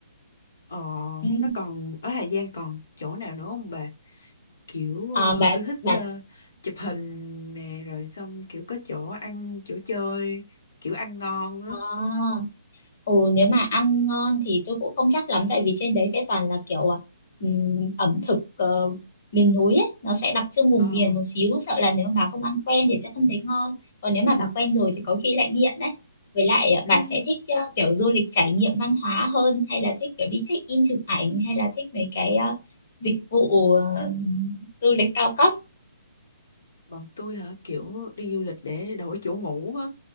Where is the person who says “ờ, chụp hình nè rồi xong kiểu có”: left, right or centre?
Left